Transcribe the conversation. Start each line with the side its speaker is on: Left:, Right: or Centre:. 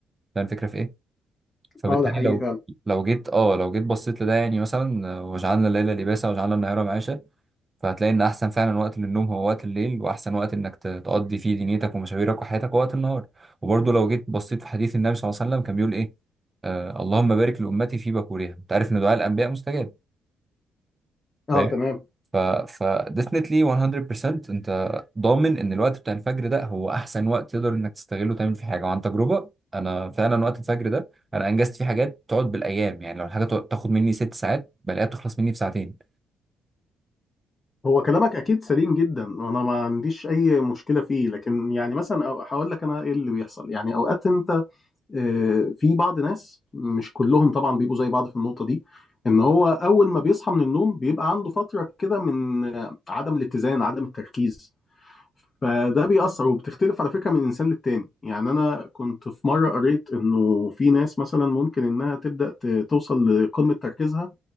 Right: فاهم الفكره في ايه فبالتالي
Left: اه ده حقيقي
Right: لو
Left: فعلا
Right: لو جيت اه لو جيت بصيت لده يعني مثلا آه، وجعلنا الليل لباسا وجعلنا النهار معاشا فهتلاقي ان احسن فعلا وقت للنوم هو وقت الليل واحسن وقت انك ت- تقضي فيه دنيتك ومشاويرك وحياتك هو وقت النهار وبرضه لو جيت بصيت في حديث النبي صلى الله عليه وسلم كان بيقول ايه آه اللهم بارك لامتي في بكورها انت عارف ان دعاء الانبياء مستجاب
Left: اه
Right: فاهم
Left: تمام
Right: ف ف definitely 100% انت ضامن ان الوقت بتاع الفجر ده هو احسن وقت تقدر انك تستغله تعمل فيه حاجه وعن تجربه انا فعلا وقت الفجر ده انا انجزت فيه حاجات تقعد بالايام يعني لو الحاجه تقعد- تاخد مني ست ساعات بلاقيها بتخلص مني في ساعتين
Left: هو كلامك اكيد سليم جدا انا ما عنديش اي مشكله فيه لكن يعني مثلا أو- هقول لك انا ايه اللي بيحصل يعني اوقات انت آه، في بعض ناس مش كلهم طبعا بيبقوا زي بعض في النقطه دي ان هو اول ما بيصحى من النوم بيبقى عنده فتره كده من آه، عدم الاتزان عدم التركيز فده بيأثر وبتختلف على فكرة من إنسان للتاني يعني أنا كنت في مرة قريت إنه في ناس مثلا ممكن إنها تبدأ ت- توصل لقمة تركيزها